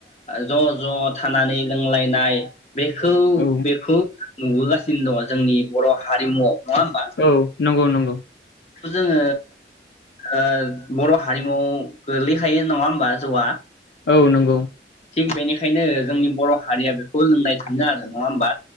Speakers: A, on the left; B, on the left.
A: ज' ज‌' थानानै लोंलायनाय बेखौ
B: औ
A: बेखौ नुबोगासिनो दङ जोंनि बर' हारिमुआव। नङा होमबा
B: औ नंगौ नंगौ। <inaudible>
A: जोङो ओ बर' हारिमु गोलैखायो नङा होमबा जौआ?
B: औ नंगौ।
A: थिग बेनिखायनो जोंनि बर' हारिया बेखौ लोंनाय थाङो आरो नङा होमबा?